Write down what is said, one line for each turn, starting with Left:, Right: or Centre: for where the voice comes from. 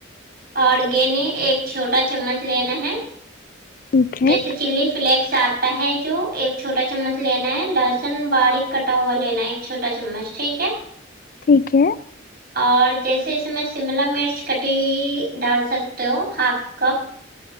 Right: اور گنے ایک چھوٹا چمچ لینا ہے
Left: ٹھیک ہے
Right: جیسے چلی فلیکس آتا ہے جو ایک چھوٹا چمچ لینا ہے لہسن باریک کٹا ہوا لینا ہے ایک چھوٹا چمچ ٹھیک ہے
Left: ٹھیک ہے
Right: اور جیسے اس میں شملا مرچ کٹی ڈال سکتے ہو ہاف کپ